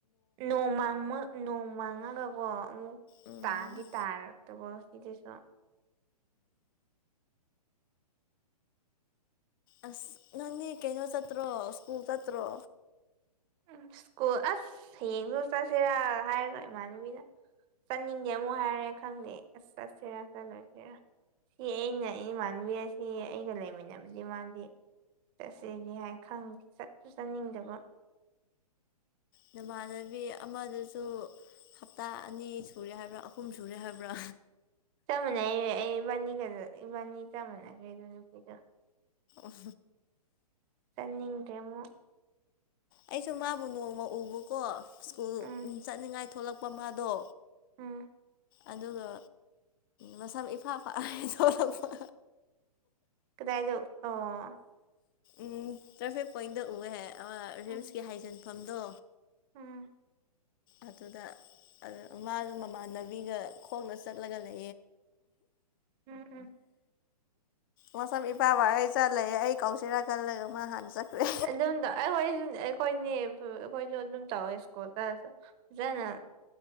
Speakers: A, on the right (about 25°); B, on the left (about 35°).
A: ꯅꯣꯡ ꯃꯪꯕ ꯅꯣꯡꯃꯥꯡꯉꯒꯀꯣ ꯑꯃꯨꯛ
B: ꯎꯝ
A: ꯇꯥꯗꯤ ꯇꯥꯔꯛꯇꯕꯁ ꯁꯤꯗꯤꯁ <unintelligible>
B: ꯑꯁ ꯅꯪꯗꯤ ꯀꯩꯅꯣ ꯆꯠꯇ꯭ꯔꯣ ꯁ꯭ꯀꯨꯜ ꯆꯠꯇ꯭ꯔꯣ
A: ꯎꯝ ꯁ꯭ꯀꯨꯜ ꯑꯁ ꯍꯌꯦꯡꯗꯣ ꯆꯠꯁꯤꯔꯥ ꯍꯥꯏꯔꯒ ꯏꯃꯥꯟꯅꯕꯤꯅ ꯆꯠꯅꯤꯡꯗꯦ ꯑꯃꯨꯛ ꯍꯥꯏꯔꯦ ꯈꯪꯗꯦ ꯑꯁ ꯆꯠꯁꯤꯔ ꯆꯠꯂꯣꯏꯁꯤꯔ ꯁꯤ ꯑꯩꯅ ꯏ ꯃꯥꯟꯕꯤ ꯑꯁꯤ ꯑꯩꯒ ꯂꯩꯃꯤꯟꯅꯕꯗꯤ ꯃꯥꯗꯤ ꯆꯠꯁꯤꯗꯤ ꯍꯥꯏ ꯈꯪ ꯆꯠꯁꯨ ꯆꯠꯅꯤꯡꯗꯕ
B: ꯅꯃꯥꯟꯅꯕꯤ ꯑꯃꯗꯨꯁꯨ ꯍꯞꯇꯥ ꯑꯅꯤ ꯁꯨꯔꯦ ꯍꯥꯏꯕ꯭ꯔꯥ ꯑꯍꯨꯝ ꯁꯨꯔꯦ ꯍꯥꯏꯕ꯭ꯔꯥ
A: ꯆꯞ ꯃꯥꯟꯅꯩ ꯑꯩ ꯏꯕꯥꯅꯤꯒ ꯏꯕꯥꯅꯤ ꯆꯞ ꯃꯥꯟꯅꯈ꯭ꯔꯦꯗ ꯑꯗꯨ ꯅꯨꯄꯤꯗꯣ
B: ꯎ <inaudible>
A: ꯐꯠꯅꯤꯡꯗꯔꯦ ꯃꯨꯛ
B: ꯑꯩꯁꯨ ꯃꯥꯕꯨ ꯅꯣꯡꯃ ꯎꯕꯀꯣ ꯁ꯭ꯀꯨꯜ
A: ꯎꯝ
B: ꯆꯠꯅꯤꯡꯉꯥꯏ ꯊꯣꯛꯂꯛꯄ ꯃꯥꯗꯣ
A: ꯎꯝ
B: ꯑꯗꯨꯒ ꯃꯁꯝ ꯏꯐꯥ ꯄꯥꯛ ꯊꯣꯛꯂꯛꯄ
A: ꯀꯗꯥꯏꯗ ꯎꯕꯅꯣ
B: ꯎꯝ ꯇ꯭ꯔꯥꯐꯤꯛ ꯄꯣꯏꯟꯗ ꯎꯑꯦ
A: ꯎꯝ
B: ꯔꯤꯝꯁꯀꯤ ꯍꯥꯏꯖꯤꯟꯐꯝꯗꯣ
A: ꯎꯝ
B: ꯑꯗꯨꯗ ꯃꯥꯗ ꯃꯃꯥꯟꯅꯕꯤꯒ ꯈꯣꯡꯅ ꯆꯠꯂꯒ ꯂꯩ
A: ꯎꯝ ꯎꯝ
B: ꯃꯁꯝ ꯏꯐꯥ ꯐꯥ ꯒꯩ ꯆꯠꯂꯩ ꯑꯩ ꯀꯥꯎꯁꯦꯔꯥꯒꯜꯂ ꯃꯥ ꯍꯥꯟꯅ ꯆꯠꯈ꯭ꯔꯦ
A: ꯑꯗꯨꯝꯗ ꯑꯩꯈꯣꯏꯁꯨ ꯑꯩꯈꯣꯏꯅꯦ ꯑꯩꯈꯣꯏꯁꯨ ꯑꯗꯨꯝ ꯇꯧꯋꯦ ꯁ꯭ꯀꯨꯜꯇꯁꯨ ꯐꯖꯅ